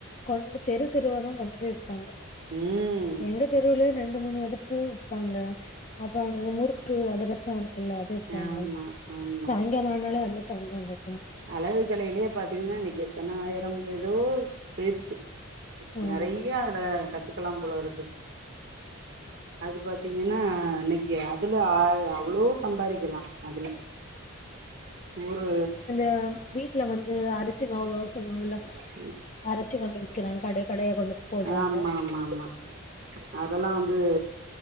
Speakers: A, on the left (about 30°); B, on the right (about 50°).
A: கொண்டு தெரு தெருவாதா கொண்டு போய் விப்பாங்க
B: ம்
A: எங்க தெருவுலயு ரெண்டு மூணு வேரு பூ விப்பாங்க அப்புறோ அந்த முறுக்கு அதுரசோ இருக்குல்ல அது விப்பாங்க
B: ஆமா ஆமா
A: சாய்ங்கலோ ஆனாலே அந்த சவுண்ட்தா கேக்
B: அழகு கலையிலேயே பாத்தீங்கன்னா இன்னைக்கு எத்தனாய்யிரம் ஏதோ போய்ச்சு
A: ஆமா
B: நெறைய அத கத்துக்கலாம் போல இருக்கு அது பாத்தீங்கன்னா ஆ இன்னைக்கு அதுல அவ்ளோ சம்பாரிக்கலாம் அதுல ஒரு
A: அ வீட்ல வந்து அரிசி மாவு தோசை மாவு சொல்லுவாங்கள
B: <unintelligible>
A: அரைச்சு கொண்டு விக்கிறாங் கடை கடையா கொண்டு போட்றாங்க
B: ஆமா ஆமா ஆமா அதெல்லாம் வந்து